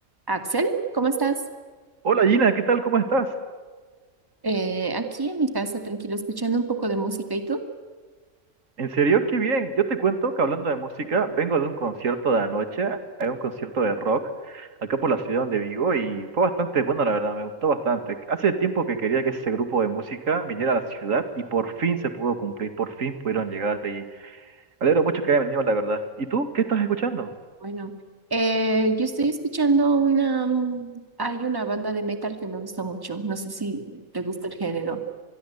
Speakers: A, on the right; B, on the right.
A: Axel, ¿cómo estás?
B: Hola Gina, ¿qué tal? ¿Cómo estás?
A: Eh, aquí en mi casa, tranquilo, escuchando un poco de música. ¿Y tú?
B: En serio, qué bien. Yo te cuento que hablando de música, vengo de un concierto de anoche, hay un concierto de rock acá por la ciudad donde vivo y fue bastante bueno, la verdad, me gustó bastante. Hace tiempo que quería que ese grupo de música viniera a la ciudad y por fin se pudo cumplir, por fin pudieron llegar y me alegro mucho que hayan venido, la verdad. ¿Y tú qué estás escuchando?
A: Bueno, eh, yo estoy escuchando una... mm, Hay una banda de metal que me gusta mucho. No sé si te gusta el género.